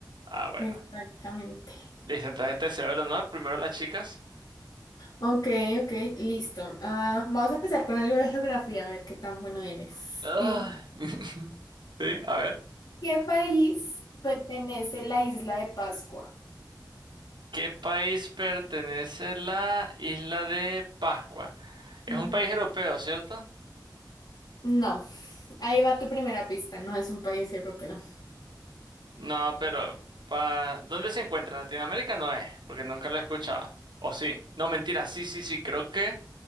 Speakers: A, on the right; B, on the left.
A: Ah, bueno.
B: exactamente.
A: Listo, entonces te cedo el honor. Primero las chicas.
B: Ok, ok, listo. Ah, vamos a empezar con algo de geografía, a ver qué tan bueno eres.
A: Ah.
B: ¿En
A: <laughs> Sí, a ver.
B: qué país pertenece la isla de Pascua?
A: ¿Qué país pertenece la isla de Pascua? Es
B: Ujú.
A: un país europeo, ¿cierto?
B: No, ahí va tu primera pista, no es un país europeo.
A: No, pero pa... ¿dónde se encuentra? ¿En Latinoamérica no es? Porque nunca lo he escuchado. ¿O sí? No, mentira, sí, sí, sí, creo que...